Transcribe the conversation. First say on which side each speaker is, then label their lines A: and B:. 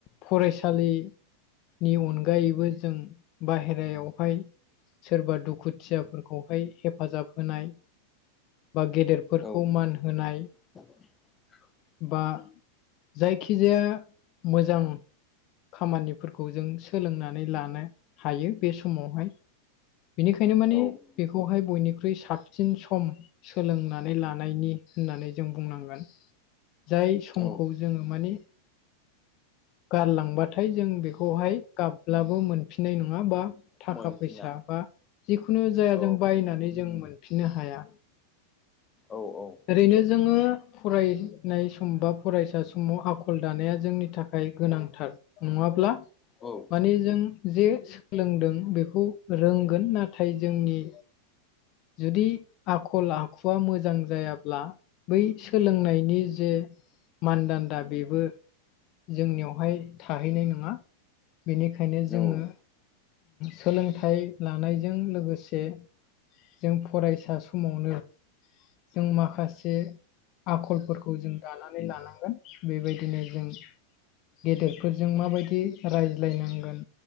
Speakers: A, on the left (about 40°); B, on the left (about 20°).
A: फरायसालिनि अनगायैबो जों बाहेरायाव हाय सोरबा दुखुथियाफोरखौहाय हेफाजाब होनाय। बा गेदेरफोरखौ
B: औ
A: मान होनाय।
B: <inaudible>
A: बा जायखिजाया मोजां खामानिफोरखौ जों सोलोंनानै लानो हायो बे समावहाय। बेनिखायनो माने
B: औ
A: बेखौहाय बयनिख्रुइ सत साबसिन सम सोलोंनानै लानायनि होननानै जों बुंनांगोन। जाय समखौ
B: औ
A: जोङो माने गारलांबाथाय जों बेखौहाय गाबब्लाबो मोनफिननाय नङा बा थाखा
B: मोनफिना
A: फैसा बा जिखुनु जाय
B: औ
A: जों बायनानै जों मोन फिननो हाया।
B: औ औ।
A: ओरैनो जोङो फरायनाय सम बा फरायसा समाव आखल दानाया जोंनि थाखाय गोनांथार। नङाब्ला
B: औ
A: माने जों जे सोलोंदों बेखौ रोंगोन नाथाय जोंनि जुदि आखल आखुवा मोजां जायाब्ला बै सोलोंनायनि जे मानदान्दा बेबो जोंनियावहाय थाहैनाय नङा। बेनिखायनो
B: औ
A: जोङो सोलोंथाइ लानायजों लोगोसे जों फरायसा समावनो जों माखासे आखलफोरखौ जों दानानै लानांगोन बेबायदिनो जों गेदेरफोरजों माबायदि रायज्लायनांगोन?